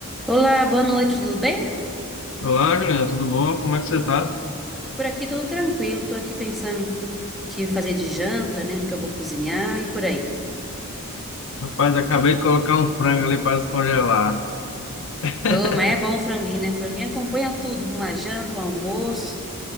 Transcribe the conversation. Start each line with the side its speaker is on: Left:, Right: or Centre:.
Centre: Olá, boa noite, tudo bem?
Left: Olá, Juliana, tudo bom? Como é que você tá?
Centre: Por aqui tudo tranquilo, tô aqui pensando o que fazer de janta, né? O que eu vou cozinhar e por aí.
Left: Rapaz, acabei de colocar um frango ali para descongelar. <laughs>
Centre: Oh, mas é bom o franguinho, né? Franguinho acompanha tudo, uma janta, um almoço.